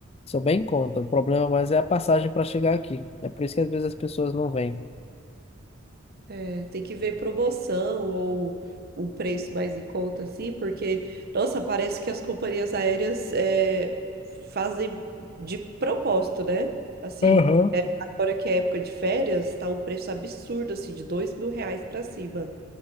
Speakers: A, on the left; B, on the right.
A: são bem em conta. O problema mais é a passagem para chegar aqui. É por isso que às vezes as pessoas não vêm.
B: É, tem que ver promoção ou um preço mais em conta, assim, porque, nossa, parece que as companhias aéreas é, fazem de propósito, né? Assim,
A: Aham.
B: é, agora que é época de férias, tá um preço absurdo, assim, de dois mil reais para cima.